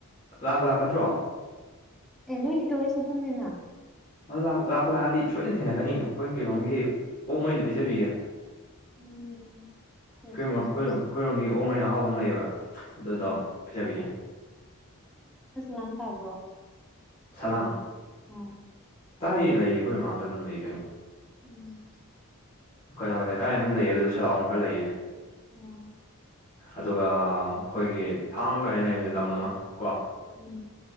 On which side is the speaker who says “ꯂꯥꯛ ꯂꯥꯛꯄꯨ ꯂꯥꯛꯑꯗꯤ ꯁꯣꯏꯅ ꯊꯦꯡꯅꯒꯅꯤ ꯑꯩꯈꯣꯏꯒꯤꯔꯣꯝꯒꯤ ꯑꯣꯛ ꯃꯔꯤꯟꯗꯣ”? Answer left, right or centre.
Left